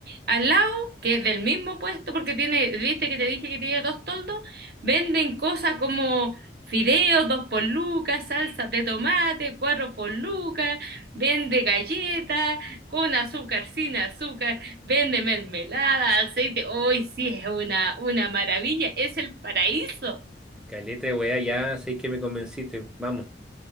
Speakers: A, on the right (about 55°); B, in the centre.
A: al lado, que es del mismo puesto, porque tiene, viste que te dije que tiene dos toldos, venden cosas como fideos, dos por lucas, salsas de tomate, cuatro por lucas, vende galletas, con azúcar, sin azúcar. Vende mermelada, aceite. Hoy sí es una, una maravilla, es el paraíso.
B: Caleta, de weá, ya sé que me convenciste. Vamos.